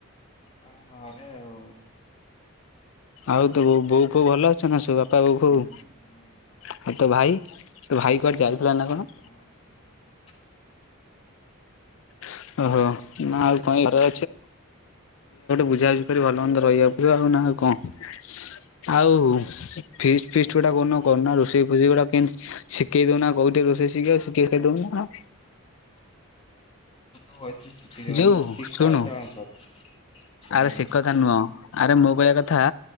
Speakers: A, on the left; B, on the left.
A: ହଁ ଘରେ ଆଉ ।
B: ଆଉ ତୋ ବୋଉ ଭଲ ଅଛନ୍ତି ନା ସବୁ? ବାପା ବୋଉ
A: ହୁଁ ହୁଁ ଘର
B: ଆଉ ତୋ ଭାଇ ତୋ ଭାଇ କୁଆଡ଼େ ଯାଇଥିଲା ନା କଣ?
A: ହଁ ଭାଇ କାମ
B: <inaudible> ଦେଖିବା ଗୋଟେ ବୁଝାବୁଝି କରିକି ଭଲ ମନ୍ଦ ରହିବାକୁ ପଡ଼ିବ ଆଉ ନା ଆଉ କଣ? ଆଉ ଫିଷ୍ଟ
A: ହୁଁ
B: ଫିଷ୍ଟ ଗୋଟାଏ କୋଉ ଦିନ କରୁନା ରୋଷେଇ ଫୋଷେଇ ଗୋଟିଏ ଶିଖେଇ ଦଉନା କୋଉଠି ରୋଷେଇ ଶିଖିବା ଶିଖେଇ ତ ଦଉନା
A: ହଁ ସେ ତ <unintelligible> ଶିଖିଦଉନୁ
B: ଯୋଉ
A: ଶିଖ
B: ଶୁଣୁ
A: ଆପ୍ ଡାଉନଲୋଡ଼ କର
B: ଆରେ
A: ହୁଁ।
B: ସେ କଥା ନୁହଁ ଆରେ ମୋ କହିବା କଥା